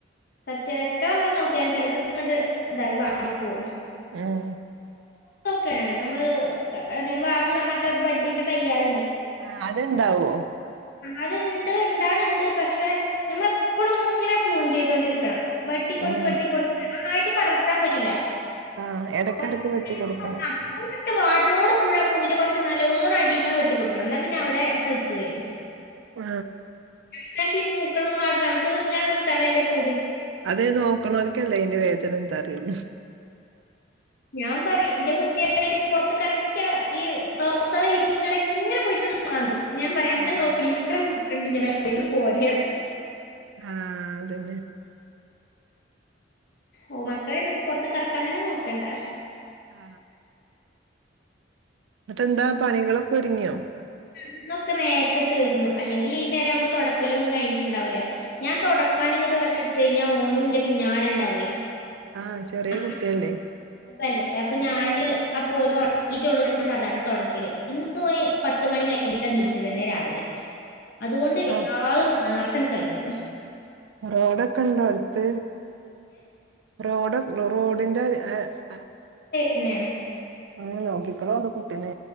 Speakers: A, on the left; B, on the right.
A: സത്യായിട്ട് നമ്മ നോക്കിയാലും ചെലതൊക്കെങ്ങട്ട് ഇതായി വാടിപ്പോവും
B: ഉം
A: ചെ മ്മള് വാങ്ങ നട്ട ബഡിന്റെ തയ്യാൾ
B: ആ അത്ണ്ടാവോ
A: അത്ണ്ട് ണ്ടാല്ണ്ട് പക്ഷെ ഞമ്മളെപ്പളുങ്ങനെ ഫൂൺ ചെയ്തോണ്ടിരിക്കണം വെട്ടി കൊടുത്ത്
B: ഉം
A: വെട്ടിക്കൊടുത്ത് നന്നായിട്ട് പടർത്താൻ പറ്റൂല്ല
B: ആഹ് എടക്കെടക്ക്
A: <unintelligible>
B: വെട്ടി കൊടുക്കണം
A: പൂവിട്ട് വാ തോട് കൂടെ പൂവിന്റെ കൊർച്ച് നല്ലോണം അടിക്കാണ്ട് വെട്ടി കൊട്ക്കണം ന്നാ പിന്നെ അവ്ടെ തെൾത്ത് വെരും
B: ആ
A: പ്രാശ്യം ഈ പൂക്കളൊന്ന് വാടുമ്പ നമുക്ക്ത്ങ്ങനെ നിർത്താനല്ലേ പൂ
B: അതെ നോക്ക്ണോര്ക്കല്ലേ അയ്ന്റെ വേദനന്താറിയൊള്ളു
A: ഞാൻ പറ്യേ ന്റെ കുട്ടിയണേല് പൊരത്ത് എർക്ക്യാ ഈ റോസാള് വിര്ഞ്ഞ്ക്ക്ണണ്ട ഇങ്ങനെ പോയിട്ടാണ്ട് മാന്തും ഞാൻ പറയാ അന്നെ
B: ആഹ്
A: നോക്ക്ണ്ലേറെ നോക്ക്ണ്ട് <unintelligible> പോര്ർ ഞ്ഞു
B: ആ അതന്നെ
A: ഓ മക്കളെന്നും പൊർത്ത്ക്കെറക്കാൻ തന്നെ നോക്കണ്ട
B: ആ ന്ന്ട്ട്ന്താ പണികളൊക്കെ ഒര്ങ്ങ്യാേ
A: ഇന്നൊക്കെ നേർത്തെ തീർന്നു അല്ലെങ്കില് ഈ നേരാവുമ്പോ തൊടക്കലൊന്നും കയ്ഞ്ഞ്ട്ട്ണ്ടാവൂല്ല ഞാൻ തൊടക്കാന്ങ്ങട്ട് വള്ളട്ത്ത് കയ്ഞ്ഞാ ഓനുന്റെ പിന്നാലെണ്ടാവ്വേ
B: ആഹ്
A: <inaudible>
B: ചെറിയ കുട്ടിയല്ലേ
A: എ അപ്പൊ ഞാന് അപ്പം ഓനെ ഒർക്കീട്ടാെള്ളു ഞാൻ സാധാരണ തൊടക്കല് ഇന്ന് ഓറ് പത്ത്മണി കഴിഞ്ഞിട്ട് നീച്ചതന്നെ രാവിലെ അതുകൊണ്ട് എല്ലാതും
B: റോ
A: നേർത്തേണ്ട് കയ്ഞ്ഞു
B: റോഡൊക്കെ ഉണ്ടോ അടുത്ത് റോഡ റോഡിന്റെ അ അ
A: എന്നേണ്
B: അങ്ങനെ നോക്കിക്കളോണ്ടു കുട്ടിനെ